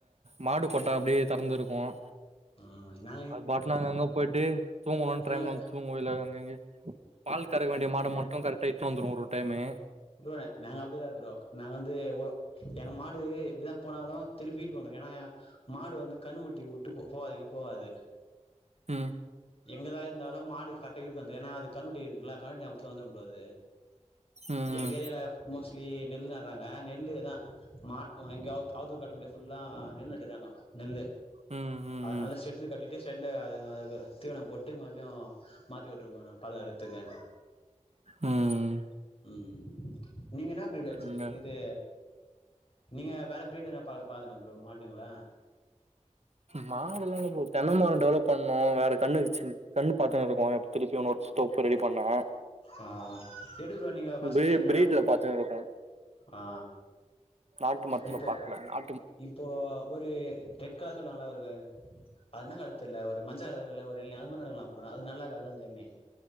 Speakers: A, on the right; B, on the left.
A: மாடு கொட்டா அப்டியே தெறந்துருக்கோம்
B: ம் நா
A: அது பாட்ல அங்க அங்க போயிட்டு தூங்கணுன்ற
B: ஃபுல்ல
A: டைம்ல வந்து தூங்கு இல்ல அங்கங்க பால் கறக்க வேண்டிய மாட மட்டு கரெக்டா இட்டுனு வந்துருவோ ஒருர் டைமு
B: ப்ரோ நாங்க அப்டி இல்ல ப்ரோ நாங்க வந்து ஒ எங்க மாடு இப்டிதா போனாலு திருப்பி வீட்டுக்கு வந்துக்கு ஏனா எ மாடு வந்து கண்ணு குட்டி உட்டு போ போகாது எங்கயு போகாது
A: ம்
B: எங்கதா இருந்தாலு மாடு கரட்ட வீட்டுக்கு வந்துரு ஏன்னா அது கன்னுகுட்டி இருக்குலா கன்னுகுட்டி ஞாபகத்துல வந்துரு ப்ரோ அது
A: ம்
B: எங்க ஏரியால மோஸ் லி நெல் நடறாங்க நெல்லு தா மா இங்க ஆ ஆத்தூர் கட்ட முடியாது புல்லா நெல் நடுறாங்க நெல்லு
A: ம் ம்
B: அதனால
A: ம்
B: செட்ல கட்டிட்டு செட்ல அது அதுக்கு தீவனோ போட்டு மறுபடியு மாத்தி விட்டுருக்கோ நா பாலகரத்துக்கு
A: ம்
B: ம் நீங்க என்ன பேபி வளச்சுனு
A: இல்ல
B: இது நீங்க வேற ப்ரீடு என்ன பாக் பாதன்ன ப்ரோ மாட்டுங்களா
A: மாடெல்லா இல்ல தென்னை மரம் டெவலப் பண்ணு வேற கண்ணு வெச்சி கண்ணு பாத்துன்னு இருக்கோ திருப்பியு நோட்ஸ் ஸ்டோப்பு ரெடி பண்ணுவே
B: ஆ எப்டி ப்ரோ நீங்க ஃபர்ஸ்ட்
A: பிரீ
B: நடங்கோ
A: பிரீட்ல பாத்துனு இருக்கோ
B: ஆ
A: நாட்டு மரத்துல
B: இப்போ
A: பாக்கல நா
B: இப்போ ஒரு ரெட் கலர் சொல்வாங்களா வருவ அந்த காலத்துல ஒரு மஞ்ச கலர்ல ஒரு எளநி அது மாரி நடலா ப்ரோ அது நல்லாகாத அந்த எளநி